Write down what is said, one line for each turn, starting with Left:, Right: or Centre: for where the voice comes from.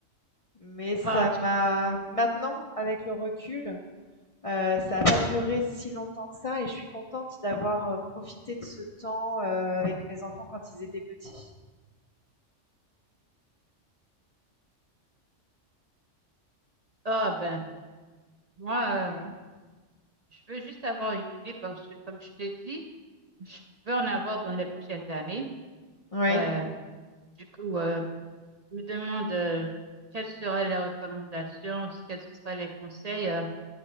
Left: Mais ça
Right: Ah,
Left: m'a
Right: tu,
Left: maintenant, avec le recul, heu, ça a pas duré si longtemps que ça et je suis contente d'avoir, heu, profité de ce temps, heu, avec mes enfants quand ils étaient petits.
Right: ah, ben, moi,
Left: Voilà.
Right: euh, je veux juste avoir une idée parce que, comme je te dis, je veux en avoir dans les prochaines années.
Left: Oui.
Right: Euh, du coup, euh, je me demande euh, quelles seraient les recommandations, quels ce seraient les conseils euh,